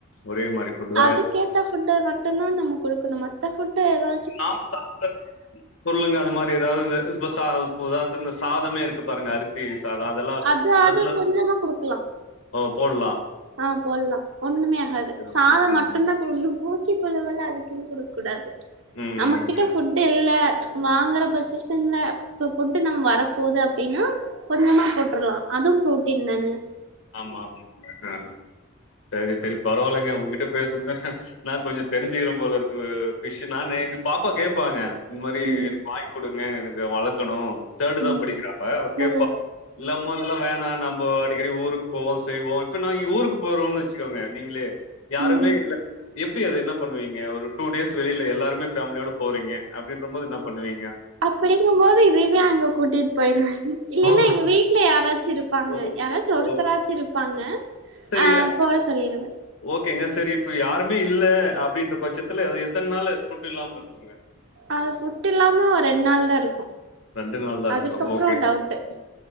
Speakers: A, on the left; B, on the right.
A: ஒரே மாரி ஃபுட்டு தா
B: அதுக்கேத்த ஃபுட்டு மட்டு தா நம்ம குடுக்கணு மத்த ஃபுட்டு எதா
A: நா சாப்டாச்சு நீங்க பொருளுங்க அது மாரி ஏதாது இந்த இப்ப ச உதாரணத்துக்கு இந்த சாதமே இருக்கு பாருங்க அரி சி சாதோ அதெல்லா
B: அது
A: அதுலா
B: அது கொஞ்சமா குடுக்கலா
A: ஓ போட்லா
B: ஆ போட்லா ஒன்னுமே ஆகாது சாதம்
A: ஓகே
B: மட்டும்
A: ம்
B: தா பூழு பூச்சி புழுவெல்லா அதுக்குன்னு குடுக் கூடாது
A: ம்
B: நம்மகிட்ட
A: ம்
B: ஃபுட் இல்ல வாங்குற பொசிசன்ல இப்ப ஃபுட்டு நம் வரப்போது அப்டின்னா கொஞ்சமா போட்டுறலா அதுவு ப்ரோட்டீன் தானே
A: ஆமா ஆமா ஆ சேரி சேரி பரவாலங்க உங்கிட்டபேசுன நான் கொஞ்சோ தெரிஞ்சிக்கிற போல இருக்கு ஃபிஷ் நானு எங்க பாப்பா கேப்பாங்க இந்த மாரி
B: ம்
A: வாங்கி குடுங்க எனக்கு வளக்கணு தேர்டு தா
B: ம்
A: படிக்கிறா அவ கேப்பா
B: ஓ
A: இல்லா அம்மு அதெல்லா வேணா நம்போ அடிக்கடி ஊருக்கு போவோ செய்வோ இப்ப நாங்கங்க ஊருக்கு போறோம்னு வெச்சுக்கோங்க நீங்களே யாருமே
B: ம்
A: இல்ல எப்டி அது என்ன பண்ணுவீங்க ஒரு டூ டேஸ் வெளில எல்லாருமே ஃபேமிலியோட போறீங்க அப்டின்ற போது என்ன பண்ணுவீங்க
B: அப்டிங்கும் போது இதைமே அங்க கூட்டிட்டு போயிருவே இல்லேன்னா
A: ஓ
B: எங்க வீட்டுல யாராச்சு இருப்பாங்க
A: ஓ
B: யாராச்சு ஒருத்தராச்சும்
A: ஓ
B: இருப்பாங்க
A: சரி
B: ஆ போட சொல்லிறுவே
A: ஓகேங்க செரி இப்ப யாருமே இல்ல அப்டின்ற பட்சத்துல அத எத்தன நாளு ஃபுட்டு் இல்லாம இருக்குங்க
B: அது ஃபுட்டு இல்லாம ஒரு ரெண்டு நாள் தா இருக்கு
A: ரெண்டு நாள் தா இருக்கு
B: அதுக்கப்றோ
A: ஓகே
B: டவுட்டு